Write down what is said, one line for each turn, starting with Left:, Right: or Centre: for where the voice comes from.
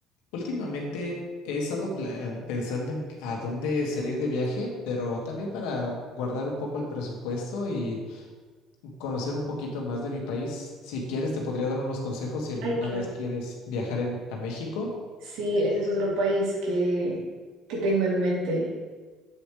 Left: Últimamente he estado pla- pensando en que- a dónde salir de viaje, pero también para guardar un poco el presupuesto y conocer un poquito más de mi país. Si quieres, te podría dar unos consejos si alguna
Right: Ay, claro.
Left: vez quieres viajar en- a México.
Right: Sí, ese es otro país que, que tengo en mente.